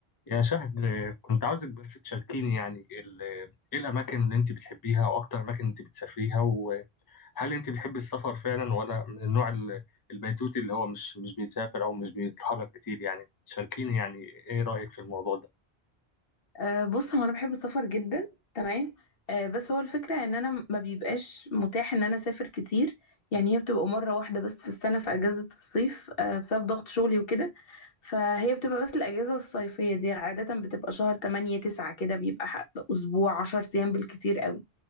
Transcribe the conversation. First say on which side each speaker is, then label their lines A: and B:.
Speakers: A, on the left; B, on the left.
A: يا شهد كنت عاوزك بس تشاركيني يعني ال- ايه الاماكن اللي انت بتحبيها واكتر اماكن انت بتسافريها وهل انت بتحبي السفر فعلا ولا من النوع ال- البيتوتي اللي هو مش مش بيسافر او مش بيتحرك كتير يعني تشاركيني يعني ايه رايك في الموضوع ده
B: أه بص هو انا بحب السفر جدا تمام أه بس هو الفكره ان انا ما بيبقاش متاح ان انا اسافر كتير يعني هي بتبقى مره واحده بس في السنه في اجازه الصيف أه بسبب ضغط شغلي وكده فهي بتبقى بس الاجازه الصيفيه دي عاده بتبقى شهر 8 9 كده بيبقى حق- اسبوع 10 ايام بالكتير قوي